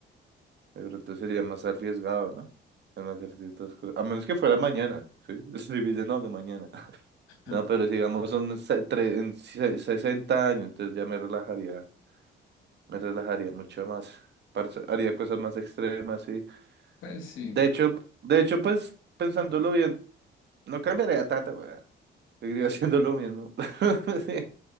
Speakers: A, on the right; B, on the left.
A: De pronto sería más arriesgado, ¿no? En hacer ciertas cosas. A menos que fuera mañana, ¿sí? <laughs> Si me dice, no, que mañana. <laughs>
B: <laughs>
A: No, pero sigamos, son se- tre- en se- 60 años, entonces ya me relajaría Me relajaría mucho más. parce, haría cosas más extremas y...
B: Pues sí,
A: De hecho, de hecho, pues, pensándolo bien, no cambiaría tanto, weón. Seguiría <laughs> haciendo lo mismo. <laughs> Sí,